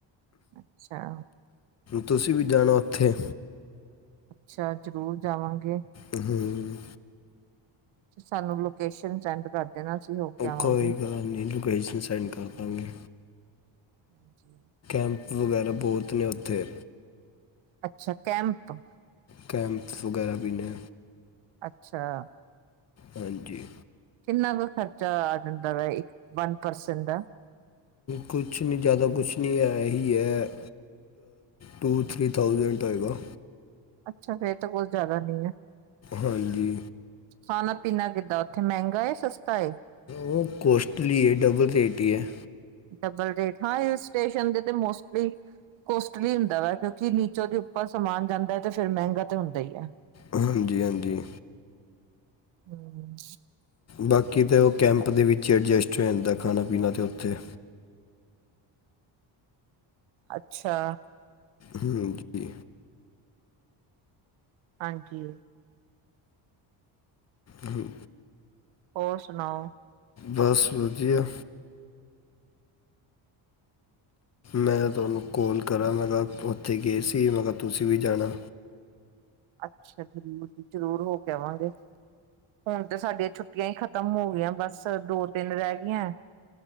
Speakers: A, on the right; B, on the left.
A: ਅੱਛਾ।
B: ਤੁਸੀਂ ਵੀ ਜਾਣਾ ਉੱਥੇ।
A: ਅੱਛਾ ਜ਼ਰੂਰ ਜਾਵਾਂਗੇ
B: ਹਮ,
A: ਸਾਨੂੰ ਲੋਕੇਸ਼ਨ ਸੈਂਡ ਕਰ ਦੇਣਾ ਅਸੀਂ ਹੋ ਕੇ ਆਵਾਂਗੇ
B: ਕੋਈ ਗੱਲ ਨੀ ਲੋਸ਼ਨ ਸੈਂਡ ਕਰ ਦਾਂਗੇ
A: ਹਾਂਜੀ
B: ਪੰੈਂਪ ਵਗੈਰਾ ਬਹੁਤ ਨੇ ਉੱਥੇ
A: ਅੱਛਾ ਕੈਂਮਪ
B: ਕੈਂਪ ਵਗੈਰਾ ਵੀੀਦੇ
A: ਅੱਛਾ
B: ਹਾਂਜੀ
A: ਕਿੰਨਾ ਕੁ ਖਰਚਾ ਆ ਜਾਂਦਾ ਵਾ ਇੱਕ ਵਨ ਪਰਸਨਟ ਦਾ
B: ਕੁਛ ਨਹੀਂ ਜ਼ਿਆਦਾ ਕੁਛ ਨਹੀਂ ਹੈ ਹੀ ਹੈ ਟੂ ਥ੍ਰਰੀ ਥਾਊਜੈਂਡ ਆਏਗਾ
A: ਅੱਛਾ ਫੇਰ ਤਾਂ ਕੁਛ ਜ਼ਿਆਦਾ ਨਹੀਂ ਹੈ
B: ਹਾਂਜੀ
A: ਖਾਣਾ ਪੀਣਾ ਕਿੱਦਾਂ ਉੱਥੇ ਮਹਿੰਗਾ ਏ ਸਸਤਾ
B: ਉਹ ਕੋੌਸਟਲੀ ਹੈ ਡਬਲ ਰੇਟ ਹੀ ਹੈ
A: ਡਬਲ ਰੇਟ ਹਾਂ ਹਲ ਸਟੇਸ਼ਨ ਦੇ ਤੇ ਮੋਸਟਲੀ ਕੋਸਟਲੀ ਹੁੰਦਾ ਵਾ ਕਿਉਂਕਿ ਨੀਚੋਂ ਦੇ ਉੱਪਰ ਸਮਾਨ ਜਾਂਦਾ ਹੈ ਤੇ ਫਿਰ ਮਹਿੰਗਾ ਤਾਂ ਹੁੰਦਾ ਹੀ ਹੈ
B: ਹਾਂਜੀ ਹਾਂਜੀ
A: ਹਮ
B: ਬਾਕੀ ਤਾਂ ਉਹ ਕੈਂਪ ਦੇ ਵਿੱਚ ਹੀ ਐਡਜਸਟ ਹੋ ਜਾਂਦਾ ਖਾਣਾ ਪੀਣਾ ਤਾਂ ਉੱਥੇ
A: ਅੱਛਾ
B: ਹ ਜੀ
A: ਹਾਂਜੀ
B: ਹਮ
A: ਹੋਰ ਸੁਣਾਓ
B: ਬਸ ਵਧੀਆ ਮੈਂ ਤੁਹਾਨੂੰ ਕੋਲ ਕਰਾਂ ਮੈਂ ਕਿਹਾ ਉੱਥੇ ਗਏ ਸੀ ਮੈਂ ਕਿਹਾ ਤੁਸੀਂ ਵੀ ਜਾਣਾ
A: ਅੱਛਾ ਜ਼ਰੂਰ ਜੀ ਜ਼ਰੂਰ ਹੋ ਕੇਵਾਂਗੇ ਹੁਣ ਤੇ ਸਾਡੀਆਂ ਛੁੱਟੀਆਂ ਹੀ ਖ਼ਤਮ ਹੋ ਗਈਆਂ ਬਸ ਦੋ ਤਿੰਨ ਰਹਿ ਗਈਆਂ